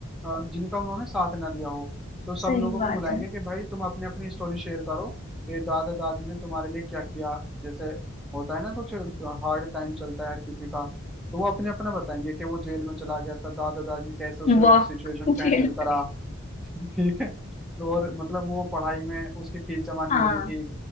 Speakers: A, in the centre; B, on the left (about 30°).
A: अ, जिनका उन्होंने साथ ना दिया हो तो सब
B: सही
A: लोगों
B: बात
A: को बुलाएंगे
B: है
A: कि भाई तुम अपनी अपनी स्टोरी शेयर करो कि दादा दादी ने तुम्हारे लिए क्या किया जैसे होता है ना कुछ हार्ड टाइम चलता है हर किसी का तो वो अपने अपना बताएंगे कि वो जेल में चला गया था दादा दादी ने कैसे उस
B: वाह <laughs>
A: सिचुएशन को
B: जेल
A: हैंडल
B: पे
A: करा <laughs> ठीक है तो और मतलब वो पढ़ाई में उसकी फीस जमा नहीं
B: हाँ
A: हो रही थी